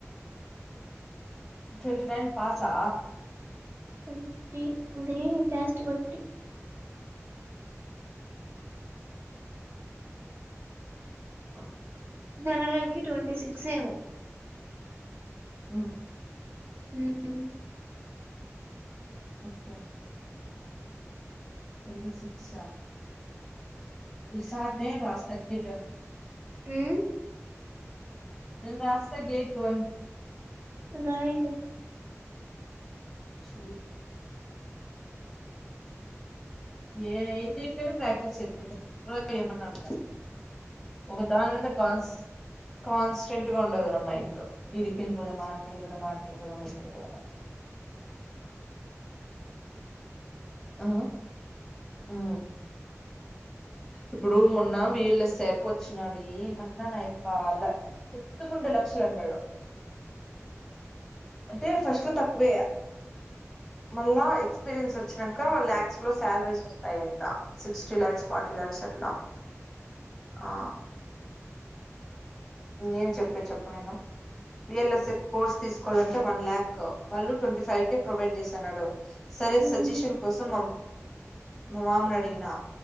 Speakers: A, in the centre; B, on the right.
A: ట్వంటి నైన్ పాసా?
B: ట్వంటి ఉంటది క్యాస్ట్ బట్టి
A: ఆహ్.
B: జనరల్ కి ట్వంటీ సిక్స్ ఏమో.
A: ఉమ్.
B: ఉమ్.
A: Okay okay. ట్వంటి సిక్సా ఈసార్ నేన్ రాస్తా నీట్
B: మ్
A: నేన్ రాస్త గేట్ వన్
B: రాయిలె
A: చూ <inaudible> ఏ ఏంది ఇక్కడ ప్రక్టీీస్ చేస్తున్న <unintelligible> ఏమన్న ఉందా ఒక దాని నుండి పాస్ కాన్స్ట్రంట్గ ఉండదు నా మైండ్ ఇడికెళ్లిపోదామా, ఆడికెళ్లిపోదామా, ఆడికేలిపోదామా, ఇడికెళ్లిపోదామ అని ఆ ఆ ఇప్పుడు మొన్న వీళ్ళ సేపొచ్చినాది ఏమన్న నైపాలే ఎత్తుకుంటే లక్షలంటడు. అంటే ఫస్ట్లో తక్కువే మళ్ళా ఎక్స్పీరియన్స్ వచ్చినంక ల్యాక్స్లో స్యాలరీస్ వొస్తయంట సిక్స్టీ ల్యాక్స్ స్ అట్లా ఆ ఏం చెప్పే చెప్పు నేను బిఎల్ఎస్ఎఫ్ కోర్స్ తీస్కోవాలంటే వన్ ల్యాక్ వాళ్ళు ట్వంటీ ఫైవ్ కే ప్రొవైడ్ జేస్తన్నడు సరే
B: ఏంది
A: సజెషన్ కోసం మ మా మామనడిగినా